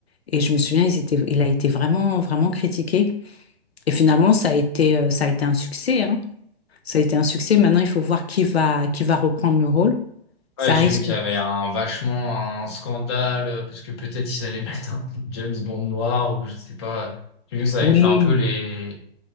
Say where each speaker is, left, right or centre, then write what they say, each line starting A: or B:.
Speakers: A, on the left; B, on the left.
A: Et je me souviens, ils étaient, il a été vraiment, vraiment critiqué. Et finalement, ça a été, euh, ça a été un succès, hein. Ça a été un succès. Maintenant, il faut voir qui va, qui va reprendre le rôle. Ça
B: Ouais,
A: risque.
B: j'ai vu qu'il y avait un vachement un scandale euh, parce que peut-être ils allaient mettre un <laughs> James Bond noir ou je sais pas. J'ai vu que ça
A: Oui.
B: avait fait un peu les,